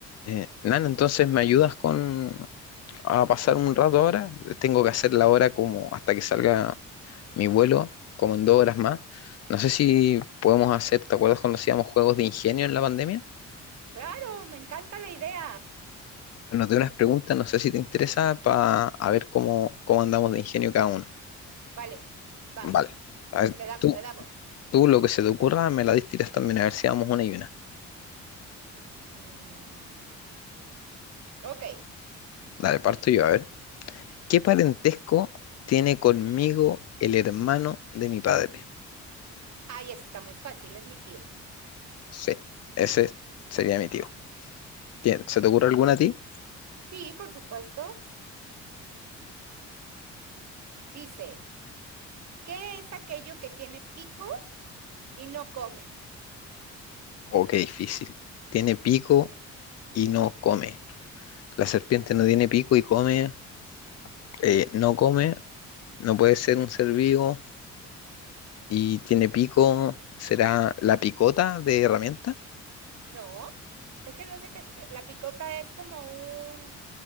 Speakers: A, on the left; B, on the right.
A: Eh, Nan, entonces me ayudas con a pasar un rato ahora. Tengo que hacer la hora como hasta que salga mi vuelo, como en dos horas más. No sé si podemos hacer, ¿te acuerdas cuando hacíamos juegos de ingenio en la pandemia?
B: Claro, me encanta la idea.
A: Nos dio unas preguntas, no sé si te interesa, para a ver cómo, cómo andamos de ingenio cada uno.
B: Vale, vas,
A: Vale. A ver,
B: le damos,
A: tú,
B: le damos.
A: tú lo que se te ocurra, me la distiras también, a ver si damos una y una.
B: Mm, mm, ok.
A: Dale, parto yo, a ver. ¿Qué parentesco tiene conmigo el hermano de mi padre?
B: Ay, ese está muy fácil, es mi tío.
A: Sí, ese sería mi tío. Bien, ¿se te ocurre alguna a ti?
B: Sí, por supuesto. Dice, ¿qué es aquello que tiene pico y no come?
A: Oh, qué difícil. Tiene pico y no come. La serpiente no tiene pico y come, eh, no come, no puede ser un ser vivo y tiene pico. ¿Será la picota de herramienta?
B: No, es que no sé qué es. eh, La picota es como un...